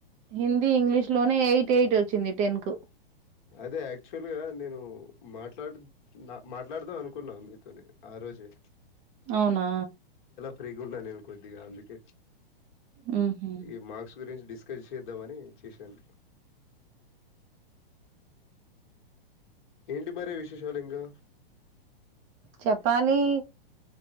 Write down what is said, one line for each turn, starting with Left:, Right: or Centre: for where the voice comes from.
Right: హిందీ ఇంగ్లీష్ లోనే ఎయిట్ ఎయిట్ వచ్చింది టెన్ కు
Left: అదే యాక్చువల్ గా నేనూ మాట్లాడుత మాట్లాడదాం అనుకున్నా మీతోని ఆ రోజే
Right: అవునా
Left: ఫ్రీ గున్ననేను కొద్దీగా అందుకే
Right: మ్ హుమ్
Left: ఈ మార్క్స్ గురించి డిస్కస్ చేద్దామని చేశాను ఏంటి మరి విశేషాలు ఇంకా
Right: చెప్పాలి